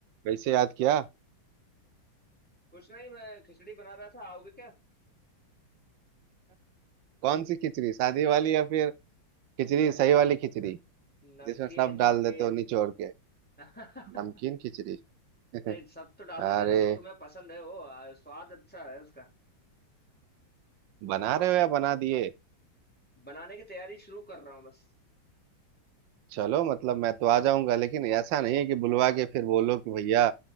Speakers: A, on the right (about 75°); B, in the centre.
A: वैसे याद किया
B: कुछ नहीं मैं खिचड़ी बना रहा था आओगे क्या
A: कौन सी खिचड़ी सादी वाली या फिर खिचड़ी
B: अरे न,
A: सही वाली खिचड़ी
B: नमकीन
A: जिसमें सब
B: नमकीन
A: डाल देते हो निचोड़ के
B: <laughs>
A: नमकीन खिचड़ी <laughs>
B: नहीं सब तो डाल देते
A: अरे
B: हैं लेकिन तुम्हें पसंद है वो आ, स्वाद अच्छा है उसका
A: बना रहे हो या बना दिए
B: बनाने की तैयारी शुरू कर रहा हूँ बस
A: चलो मतलब मैं तो आ जाऊंगा लेकिन ऐसा नहीं है कि बुलवा के फिर बोलो कि भैया